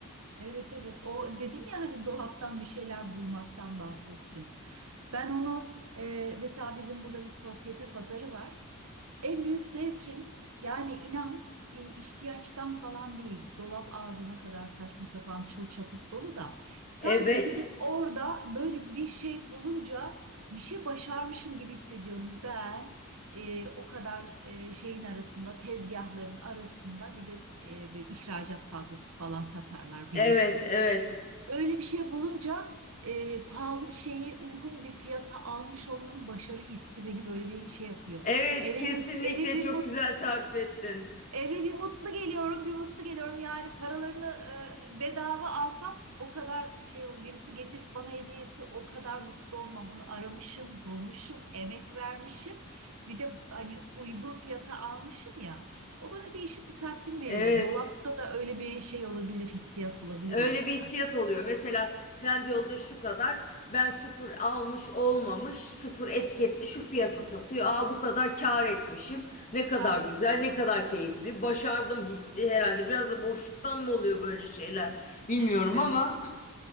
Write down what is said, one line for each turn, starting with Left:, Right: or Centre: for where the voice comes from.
Right: Evet evet. O dedin ya hani dolaptan bir şeyler bulmaktan bahsettin. Ben onu e, mesela bizim burada bir sosyete pazarı var. En büyük zevkim yani inan e, ihtiyaçtan falan değil. Dolap ağzına kadar saçma sapan çul çaput dolu da sanki
Left: Evet,
Right: gidip orada böyle bir şey bulunca bir şey başarmışım gibi hissediyorum. Ben e, o kadar e, şeyin arasında tezgahların arasında bir de e, bir ihracat fazlası falan satarlar bilirsin.
Left: evet, evet.
Right: Öyle bir şey bulunca e, pahalı bir şeyi uygun bir fiyata almış olmanın başarı hissi beni böyle bir şey yapıyor.
Left: Evet,
Right: Eve
Left: kesinlikle
Right: bir eve bir
Left: çok
Right: mut
Left: güzel tarif ettin.
Right: eve bir mutlu geliyorum, bir mutlu geliyorum. Yani paralarını e, bedava alsam o kadar şey o birisi getirip bana hediye etse o kadar mutlu olmam. Onu aramışım, bulmuşum, emek vermişim. Bir de hani uygun fiyata almışım ya. O bana değişik bir tatmin veriyor.
Left: Evet,
Right: Dolapta da öyle bir şey olabilir, hissiyat olabilir
Left: öyle
Right: o yüzden.
Left: bir hissiyat oluyor. Mesela Trendyol'da şu kadar ben sıfır almış olmamış, sıfır etiketli şu fiyata satıyor. Aa bu kadar kâr etmişim. Ne kadar
Right: Ha.
Left: güzel, ne kadar keyifli. Başardım hissi herhalde. Biraz da boşluktan mı oluyor böyle şeyler? Bilmiyorum
Right: <laughs>
Left: ama